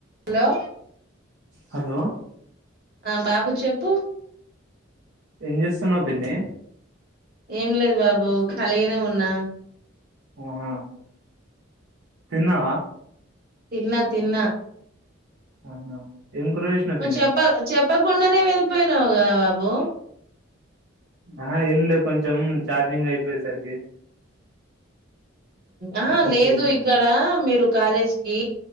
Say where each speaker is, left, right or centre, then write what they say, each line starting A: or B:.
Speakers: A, on the right; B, on the right.
A: Hello
B: hello
A: ఆ బాబు చెప్పు
B: ఎంజెస్తున్నా పిన్నే
A: ఏం లేదు బాబు ఖాలిగానే ఉన్నా
B: హా తనా
A: తిన్నా తిన్నా
B: ఆహా ఏం కూర చేసినావు పిన్ని
A: చెప్ప చెప్పకుండానే వెళ్ళిపోయినావు అ
B: ఆ ఏం లేదు కొంచెం చార్జింగ్ అయిపోయేసరికి
A: ఆ
B: కట్
A: లేదు
B: చేసినా
A: ఇక్కడ మీరు కాలేజీకి